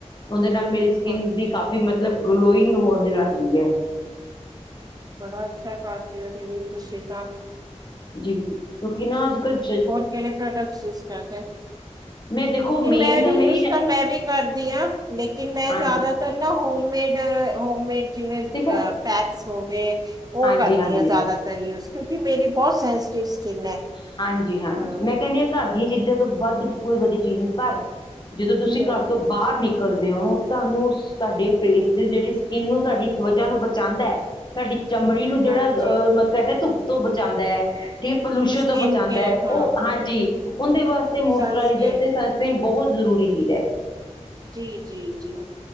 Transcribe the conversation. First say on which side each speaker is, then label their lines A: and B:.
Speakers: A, on the left (about 40°); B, on the right (about 30°).
A: ਉਹਦੇ ਨਾਲ ਮੇਰੀ ਸਕਿੰਨ
B: ਹਾਂਜੀ।
A: ਬੀ ਕਾਫ਼ੀ, ਮਤਲਬ ਗਲੋਇੰਗ ਹੋਣ ਲੱਗ ਗਈ ਹੈ।
B: ਬੜਾ ਅੱਛਾ ਹੈ ਕਰਦੇ ਉਹ ਦੀਦੀ ਤੁਸੀ ਤਾ।
A: ਜੀ, ਕਿਉਂਕਿ ਨਾ ਅੱਜ- ਕੱਲ
B: ਹੋਰ ਕਿਹੜੇ ਪ੍ਰੋਡਕਟਸ ਯੂਜ ਕਰਦੇ?
A: ਮੈਂ ਦੇਖੋ
B: ਨਹੀਂ
A: ਮੇਨ
B: ਮੈਂ ਵੀ
A: ਮੇਰੀ
B: ਯੂਜ ਤਾਂ ਮੈਂ ਵੀ ਕਰਦੀ ਹਾਂ, ਲੇਕਿਨ
A: ਹਾਂਜੀ
B: ਮੈਂ ਜ਼ਿਆਦਾ ਨਾ ਹੋਮਮੇਡ ਹੋਮਮੇਡ ਜਿਵੇਂ
A: ਦੇਖੋ
B: ਪੈਕਸ ਹੋ ਗਏ ਉਹ
A: ਹਾਂਜੀ
B: ਕਰਦੀ
A: ਹਾਂਜੀ
B: ਆ ਜ਼ਿਆਦਾਤਰ ਯੂਜ, ਕਿਉਂਕਿ ਮੇਰੀ ਬਹੁਤ ਸੈਂਸਟਿਵ ਸਕਿਨ ਹੈ।
A: ਹਾਂਜੀ, ਹਾਂਜੀ
B: ਹਾਂ
A: ਮੈਂ ਕਹਿੰਦੀ ਹਾਂ ਘਰ ਦੀਆਂ ਚੀਜ਼ਾਂ ਤੋਂ ਵੱਧ ਕੇ ਕੋਈ ਵਧੀਆ ਚੀਜ਼ ਨਹੀਂ, ਪਰ- ਜਦੋਂ ਤੁਸੀਂ
B: ਜੀ
A: ਘਰ ਤੋਂ ਬਾਹਰ ਨਿਕਲਦੇ ਹੋ, ਤੁਹਾਨੂੰ- ਤੁਹਾਡੇ ਫੇਸ ਦੀ ਜਿਹੜੀ ਸਕਿੰਨ ਨੂੰ ਤੁਹਾਡੀ ਵਜਾ ਨੂੰ ਬਚਾਉਂਦਾ, ਸਾਡੀ ਚਮੜੀ ਨੂੰ ਜਿਹੜਾ
B: ਹਾਂਜੀ
A: ਅਹ ਕਹਿੰਦੇ ਧੁੱਪ ਤੋਂ ਬਚਾਉਂਦਾ ਹੈ। ਜ ਪੋਲਿਊਸ਼ਨ
B: ਸਕਿਨ
A: ਤੋਂ ਬਚਾਉਂਦਾ
B: ਕੇਅਰ
A: ਹੈ, ਉਹ
B: ਹਾਂ
A: ਹਾਂਜੀ ਉਹਦੇ ਵਾਸਤੇ ਮੋਇਸਚਰਾਈਜ਼ਰ
B: ਸਨਸਕੇਅਰ
A: ਤੇ ਬਹੁਤ ਜ਼ਰੂਰੀ ਚੀਜ਼ ਹੈ।
B: ਜੀਜੀ ਜੀ